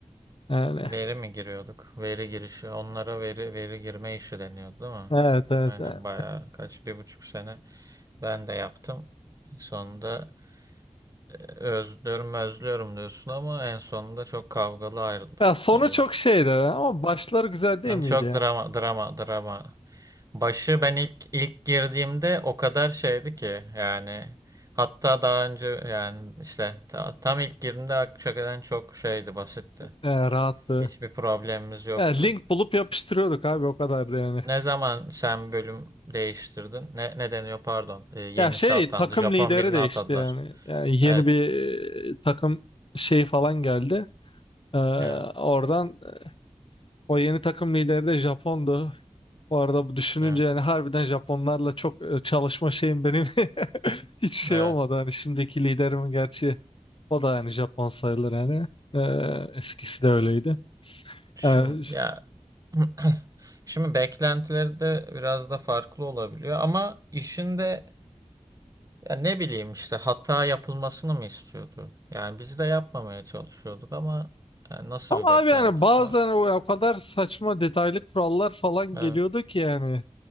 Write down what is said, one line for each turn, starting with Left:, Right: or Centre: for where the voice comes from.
Left: yani
Right: veri mi giriyorduk? Veri girişi. Onlara veri veri girme işi deniyordu değil mi?
Left: evet evet
Right: Aynen
Left: evet.
Right: bayağı kaç bir buçuk sene ben de yaptım. Sonunda e, özlüyorum özlüyorum diyorsun ama en sonunda çok kavgalı ayrıldık
Left: Ya sonu
Right: biliyorsun.
Left: çok şeydi ama başları güzel değil
Right: Yani
Left: miydi
Right: çok
Left: yani?
Right: drama drama drama. Başı ben ilk ilk girdiğimde o kadar şeydi ki yani hatta daha önce yani işte ta- tam ilk girdiğimde hakikaten çok şeydi basitti.
Left: <laughs> Ya rahattı.
Right: Hiçbir problemimiz yoktu.
Left: Ya link bulup yapıştırıyorduk abi o kadardı yani.
Right: Ne zaman sen bölüm değiştirdin? Ne, ne deniyor pardon? Ee, yenisi
Left: Ya şey
Right: atandı.
Left: takım
Right: Japon
Left: lideri
Right: birini
Left: değişti
Right: atadılar.
Left: yani. Yani yeni
Right: Evet.
Left: bir e, takım şeyi falan geldi. Ee,
Right: Evet.
Left: oradan o yeni takım lideri de Japon'du. Bu arada bu düşününce
Right: Evet.
Left: yani harbiden Japonlarla çok e, çalışma şeyim benim <laughs> hiç şey
Right: evet.
Left: olmadı. Hani şimdiki liderimin gerçi o da yani Japon sayılır yani. Ee, eskisi de öyleydi.
Right: Şimdi
Left: Ee, ş-
Right: ya <clears throat> Şimdi beklentileri de biraz da farklı olabiliyor ama işin de Ya ne bileyim işte hata yapılmasını mı istiyordu? Yani biz de yapmamaya çalışıyorduk ama yani nasıl
Left: ama
Right: bir beklentisi
Left: abi yani bazen
Right: var?
Left: o, o kadar saçma detaylı kurallar falan
Right: Evet,
Left: geliyordu ki yani.